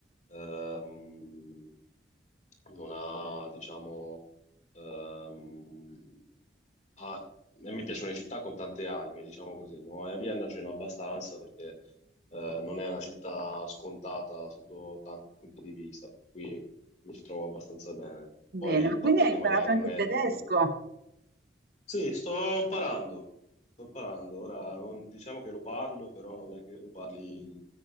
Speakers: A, on the left; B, on the right.
A: ehm, non ha, diciamo, ehm, Ah, a me piacciono le città con tante anime, diciamo così, no? E a Vienna ce n'è abbastanza perché eh, non è una città scontata sotto tanti punti di vista, per cui mi ci trovo abbastanza bene.
B: bene,
A: Poi il
B: ma quindi
A: fatto
B: hai
A: che
B: imparato
A: magari
B: anche
A: non
B: il
A: è...
B: tedesco?
A: no- Sì, sto imparando, sto imparando. Ora, non, diciamo che lo parlo, però non è che lo parli